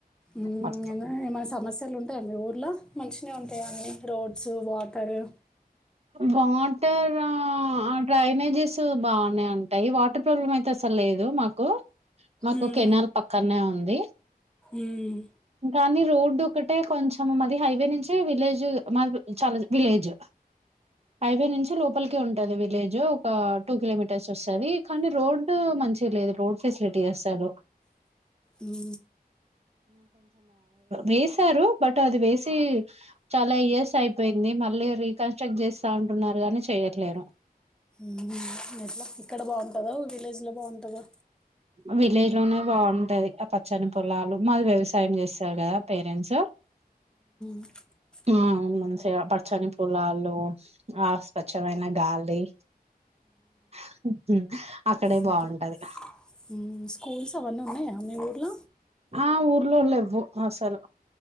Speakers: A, in the centre; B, on the right.
A: ఉమ్
B: మొత్తం
A: యమో ఏమన్నా సమస్ తల్ ఉంటాయా మీ ఊర్లా మంచినే ఉంటా అన్ని రోడ్డసు వాకరు
B: వాటరా ఆ డ్రైనే జేసు బావనే ఉంటాయ్. వాటర్ ప్రాబ్లం అయితే అసలు లేదు మాకు. మాకు
A: ఉమ్,
B: ఓక్ ఏనారు పక్కనే ఉంది.
A: ఉమ్,
B: దాని రోడ్డు ఒకటే కొంచెం మాది హైవే నించే విలేజు మాది చాలాద్ విలేజ్. హైవే నుంచే లోపలికే ఉంటది విలేజ్ ఒక టూ కిలోమీటర్స్ వస్తది కానీ రోడ్డు మంచి లేదు రోడ్ ఫెసిలిటీ అసలు
A: లూ
B: వేసారు బట్ అది వేసి చాలా ఇయర్స్ అయిపోయింది. మళ్ లేర్ రికన్స్ట్రగ్ జేస్తా అంటున్నారు గాని చెయట్లేరు.
A: ఉమ్ ఎట్లా ఇక్కడ బావుంటదా విలేజ్లా బావుంటదా.
B: విలేల్ లోనే బావుంటది ఆ పచ్చని పొలాలు. మాది వ్యవసాయం చేస్తారు గదా పెరన్సు
A: <inaudible>
B: ఆ మంచిగా పచ్చని పోలాలు, ఆ స్వచ్ఛమైన గాలి. <inaudible>
A: సింటా
B: బాగుంటది
A: ఉమ్ స్కూల్స్ అవన్నీ ఉన్నాయా మీ ఊర్ల
B: ఆ ఊర్లో లేవు అసలు